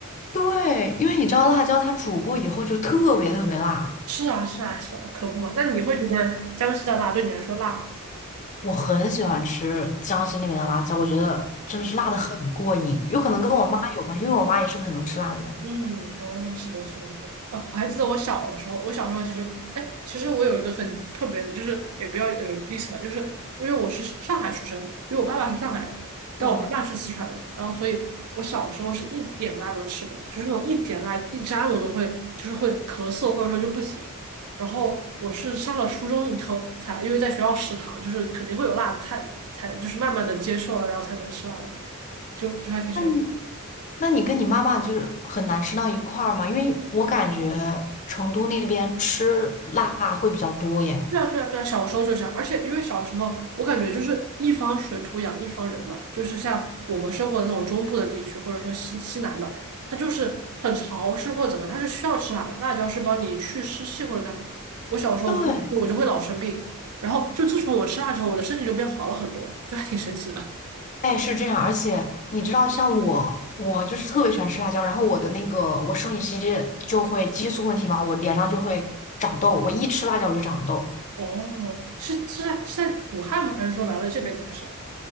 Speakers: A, on the left; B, on the right.
A: 对，因为你知道辣椒它煮过以后就特别特别辣，
B: 是啊，是啊，是啊，可不嘛。那你会觉得江西的辣对你来说辣吗？
A: 我很喜欢吃江西那边的辣椒，我觉得真的是辣的很过瘾，有可能跟我妈有关，因为我妈也是个很能吃辣的人。
B: 嗯，哦，是的，是的，对，哦，我还记得我小时候，我小时候其实，哎，其实我有一个很特别的，就是也比较有意思吧，就是因为我是上海出生的，因为我爸爸是上海人，但我妈妈是四川人，
A: 哦，
B: 然后所以我小时候是一点辣都吃不了，就是那种一点辣一沾我都会就是会咳嗽或者说就不行，然后我是上了初中以后才，因为在学校食堂就是肯定会有辣的菜，才就是慢慢的接受了，然后才能吃辣的，就就还挺神奇的
A: 那你那你跟你妈妈就是很难吃到一块儿吗？因为我感觉成都那边吃辣会比较多耶。
B: 对啊，对啊，对啊，小时候就这样，而且因为小时候我感觉就是一方水土养一方人嘛，就是像我们生活的那种中部的地区，或者说西西南吧，它就是很潮湿或者怎么，它是需要吃辣的，辣椒是帮你去湿气或者干嘛。我小时候不吃我就会老生病，
A: 对，
B: 然后就自从我吃辣之后，我的身体就变好了很多，就还挺神奇的。
A: 哎，是这样，而且你知道，像我，我就是特别喜欢吃辣椒，然后我的那个我生理期就会激素问题嘛，我脸上就会长痘，我一吃辣椒我就长痘，
B: <laughs> 哦，是是在是在武汉吗？还是说来了这边才是？